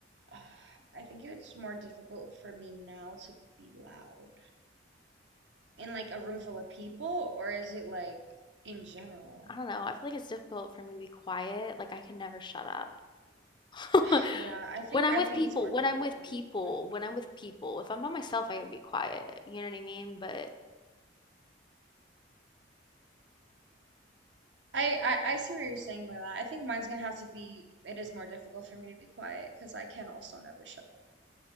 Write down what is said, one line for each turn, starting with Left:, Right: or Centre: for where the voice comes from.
Right: Uh, I think it's more difficult for me now to be loud in like a room full of people, or is it like in general?
Left: I don't know. I feel like it's difficult for me to be quiet. Like I can never shut up. <laughs>
Right: <sighs> Yeah, I think
Left: When I'm
Right: I
Left: with
Right: think
Left: people,
Right: it's more
Left: when
Right: difficult
Left: I'm with
Right: for
Left: people,
Right: me to be quiet.
Left: when I'm with people, if I'm by myself, I can be quiet. You know what I mean? But
Right: I, I I see what you're saying by that. I think mine's gonna have to be it is more difficult for me to be quiet because I can also never shut up.